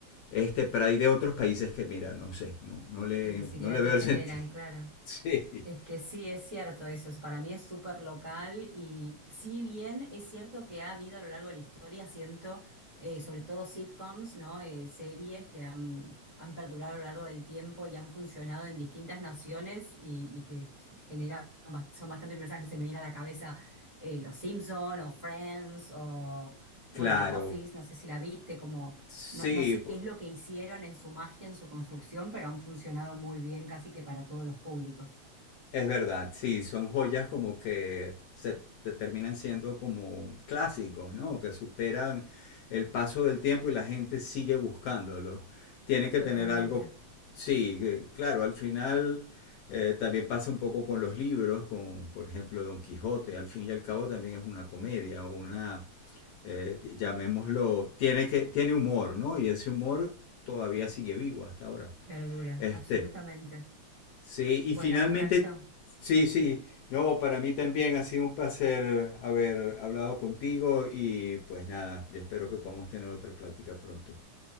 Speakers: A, on the left; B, on the right.
A: este, pero hay de otros países que, mira, no sé, no, no, le,
B: Que ni siquiera
A: no le
B: te
A: veo
B: generan,
A: el sentido.
B: claro.
A: <laughs> Sí,
B: Es que sí, es cierto eso, es- para mí es súper local y si bien es cierto que ha habido a lo largo de la historia, siento, eh, sobre todo sitcoms, ¿no? Eh, series que han, han perdurado a lo largo del tiempo y han funcionado en distintas naciones y, y que generan, bas- son bastante universales, se me viene a la cabeza eh, Los Simpson o Friends o, bueno,
A: claro,
B: The Office, no sé si la viste, como...
A: sí.
B: No, no sé
A: por-
B: qué es lo que hicieron en su magia, en su construcción, pero han funcionado muy bien casi que para todos los públicos.
A: Es verdad, sí, son joyas como que se te terminan siendo como clásicos, ¿no? Que superan el paso del tiempo y la gente sigue buscándolo. Tiene que
B: Totalmente.
A: tener algo, sí, que- claro, al final eh, también pasa un poco con los libros, con, por ejemplo, Don Quijote, al fin y al cabo también es una comedia o una, eh, llamémoslo, tiene que, tiene humor, ¿no? Y ese humor todavía sigue vivo hasta ahora.
B: Verdura,
A: Este,
B: absolutamente.
A: Sí, y
B: Bueno,
A: finalmente,
B: me encantó.
A: sí, sí. No, para mí también ha sido un placer haber hablado contigo y pues nada, yo espero que podamos tener otra plática pronto.